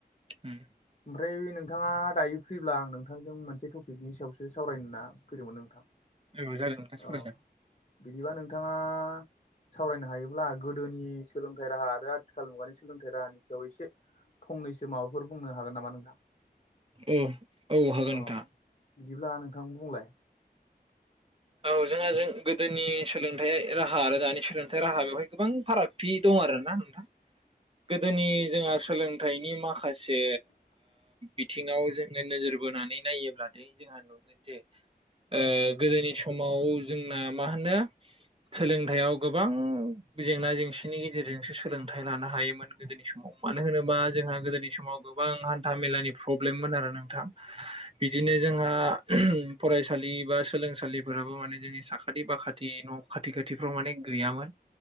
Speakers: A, on the right; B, on the left.
A: उम
B: ओमफ्राय नोंथाङा दायो फ्रिब्ला आं नों थांजों मोनसे टपिकनि सायावसो सावरायना फैदोंमोन नोंथां।
A: औ जागोन नोंथा सावरायजागोन।
B: औ बिदिबा नोंथाङा सावरायनो हायोब्ला गोदोनि सोलोंथाइ राहा आरो आथिखाल मुगानि सोलोंथाइ राहानि सायाव एसे फंनैसो माबाफोर बुंनो हागोन नामा नोंथां?
A: ए औ हागोन
B: अ
A: नोंथां
B: बिदिब्ला नोंथां बुंलाय
A: औ जोंहा जों गोदोनि सोलोंथाइ राहा आरो दानि सोलोंथाइ राहा बेवहाय गोबां फारागथि दं आरो ना नोंथां? गोदोनि जोंहा सोलोंथाइनि माखा से बिथिङाव जोङो नोजोर बोनानै नायोब्लाथाय जोंहा नुगोन जे ओ गोदोनि समाव जोंना मा होनो सोलोंथाइयाव गोबां जेंना जेंसिनि गेजेरजोंसो सोलोंथाइ लानो हायो मोन गोदोनि समाव मानो होनोबा जोंहा गोदोनि समाव गोबां हान्था मेलानि प्रब्लेममोन आरो नोंथां। बिदिनो जोंहा फरायसालि बा सोलोंसालिफोराबो माने जोंनि साखाथि बाखाथि न' खाथि खाथिफ्राव माने गैयामोन।